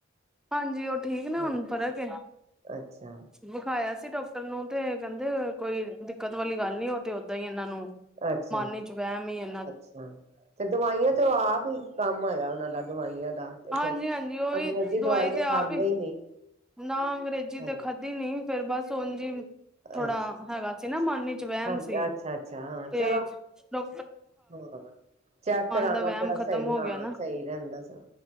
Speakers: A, in the centre; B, on the right (about 35°).
A: ਹਾਂਜੀ, ਉਹ ਠੀਕ ਨੇ ਹੁਣ,
B: ਅੱਛਾ
A: ਫਰਕ ਏ?
B: ਅੱਛਾ
A: ਵਿਖਾਇਆ ਸੀ ਡਾਕਟਰ। ਨੂੰ ਤੇ ਕਹਿੰਦੇ ਕੋਈ। ਦਿੱਕਤ ਵਾਲੀ ਗੱਲ ਨੀ ਉਹ ਤੇ ਓਦਾਂ ਹੀ ਇਹਨਾਂ ਨੂੰ,
B: ਅੱਛਾ
A: ਮਨ ਵਿਚ ਵਹਿਮ ਐ।
B: ਅੱਛਾ, ਤੇ ਦਵਾਈਆਂ ਤੇ ਆਪ ਹੀ ਕੰਮ ਹੋਇਆ ਉਹਨਾਂ ਦਾ ਦਵਾਈਆਂ। ਤੇ
A: ਹਾਂਜੀ
B: ਫਿਰ
A: ਹਾਂਜੀ ਉਹੀ
B: ਅੰਗਰੇਜ਼ੀ ਦਵਾਈ ਤਾਂ
A: ਤੇ ਆਪ
B: ਖਾਂਦੇ ਹੀ ਨਹੀਂ,
A: ਨਾ ਅੰਗਰੇਜ਼ੀ
B: ਹਾਂਜੀ
A: ਤੇ ਖਾਧੀ ਨਹੀਂ ਫੇਰ ਬਸ ਓਜ ਈ। ਥੋੜਾ
B: ਅੱਛਾ
A: ਹੈਗਾ ਸੀ,
B: ਅੱਛਾ
A: ਨਾ ਮਨ ਚ ਵਹਿਮ
B: ਹਾਂ
A: ਸੀ,
B: ਅੱਛਾ ਅੱਛਾ ਹਾਂ
A: ਤੇ
B: ਚਲੋ
A: ਡਾ
B: ਹਾਂ, ਚੈੱਕ ਕਰਾਣਾ
A: ਦਾ ਵਹਿਮ
B: ਥੋੜਾ
A: ਖ਼ਤਮ
B: ਸਹੀ
A: ਹੋ
B: ਹਾਂ
A: ਗਿਆ ਨਾ
B: ਸਹੀ ਰਹਿੰਦਾ ਸਗੋ।